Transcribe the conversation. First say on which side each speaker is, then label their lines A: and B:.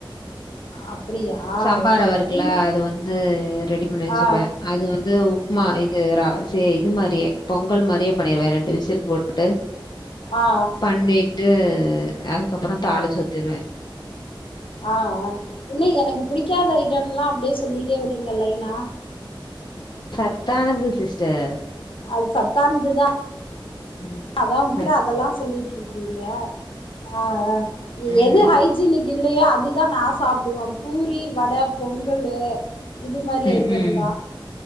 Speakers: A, on the left (about 85°); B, on the left (about 55°).
A: அப்படியா
B: சாம்பா ரவ இருக்குல
A: என்
B: அது வந்து ரெடி பண்ணி வெச்சுப்பே
A: ஆ
B: அது வந்து மா இது ர சே இது மாரியே பொங்கல் மாரியே பண்ணிருவே ரெண்டு விசில் போட்டுட்டு
A: ஆ ஆ
B: பண்ணிட்டு அதுக்கப்றோ தாலுச்சு ஊத்திருவே
A: அ அ என்ன எனக்கு பிடிக்காத ஐட்டம் எல்லா அப்டியே சொல்லிட்டே வரீங்க லைனா
B: சத்தானது சிஸ்டர்
A: அது சத்தானதுதா
B: ம்
A: அதா
B: சத்
A: <inaudible> அதெல்லா சொல்லி ட்ருக்கீங்க அ அ
B: ம்
A: எது ஹை ஜீனிக் இல்லயோ அதுதா நா சாப்பிடுவே பூரி வட பொங்கலு இது மாரி
B: ம்
A: ஐட்டம்
B: ம்
A: தா